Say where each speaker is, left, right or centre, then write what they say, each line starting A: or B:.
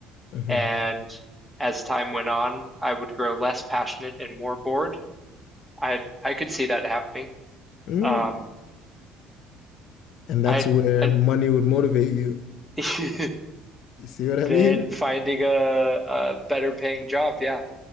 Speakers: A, on the left; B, in the centre.
A: hmm
B: And as time went on, I would grow less passionate and more bored. I I could see that happening.
A: Mm.
B: Um,
A: And that's
B: I,
A: where
B: I
A: money would motivate you.
B: <laughs>
A: You see what I
B: then
A: mean?
B: finding a, a better paying job. Yeah.